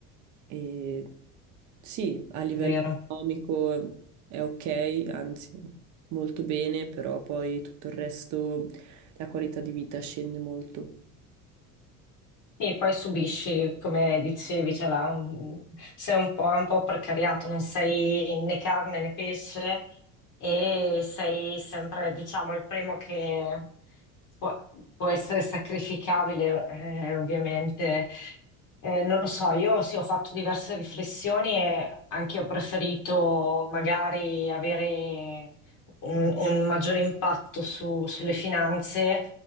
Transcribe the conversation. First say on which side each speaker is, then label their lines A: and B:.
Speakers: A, on the right; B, on the left.
A: e sì, a livello
B: vero.
A: economico eh, è ok, anzi molto bene, però poi tutto il resto, la qualità di vita scende molto.
B: Sì, poi subisci, come dicevi, cioè la- un- sei un po', è un po' precariato, non sei né carne né pesce e sei sempre, diciamo, il primo che può, può essere sacrificabile, eh, ovviamente. Eh, non lo so, io sì, ho fatto diverse riflessioni e anche io ho preferito magari avere un, un maggiore impatto su- sulle finanze